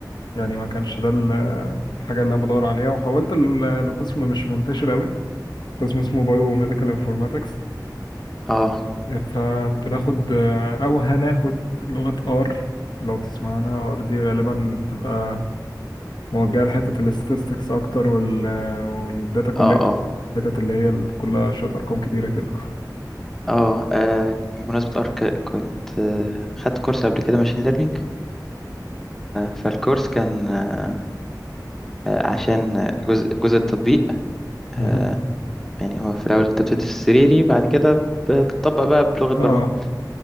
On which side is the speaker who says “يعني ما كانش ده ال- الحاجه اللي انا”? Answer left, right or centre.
Left